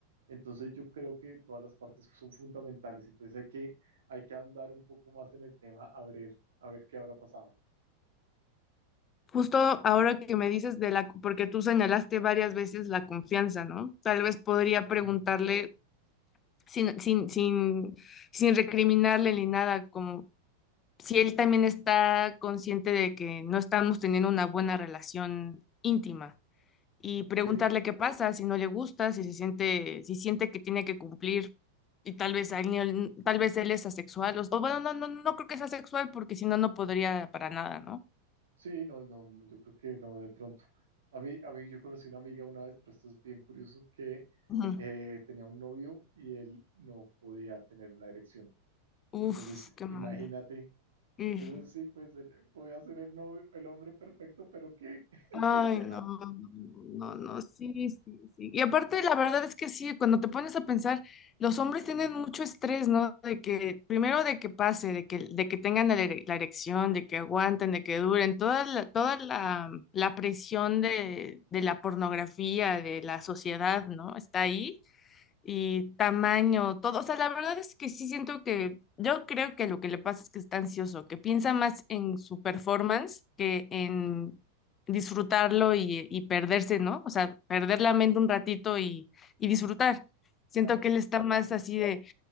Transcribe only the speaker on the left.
justo ahora que me dices de la, porque tú señalaste varias veces la confianza, ¿no? Tal vez podría preguntarle
sin, sin, sin, sin recriminarle ni nada, como si él también está consciente de que no estamos teniendo una buena relación íntima y
preguntarle qué pasa, si no le gusta, si se siente, si siente que tiene que cumplir y tal vez a él- tal vez él es asexual o, o bueno, no, no, no creo que sea asexual porque si no, no podría para nada,
¿no?
Uf,
qué mal.
Y-
Ay,
no, no, no, sí, sí, sí. Y aparte, la verdad es que sí, cuando te pones a pensar, los hombres tienen mucho estrés, ¿no? De que, primero de que pase, de que, de que tengan la, ere- la erección, de que aguanten, de que duren, toda la, toda la, la presión de, de la pornografía, de la sociedad, ¿no? Está ahí. y tamaño, todo. O sea, la verdad es que sí siento que yo creo que lo que le pasa es que está ansioso, que piensa más en su performance que en disfrutarlo y, y perderse, ¿no? O sea, perder la mente un ratito y, y disfrutar. Siento
que él está
más así de,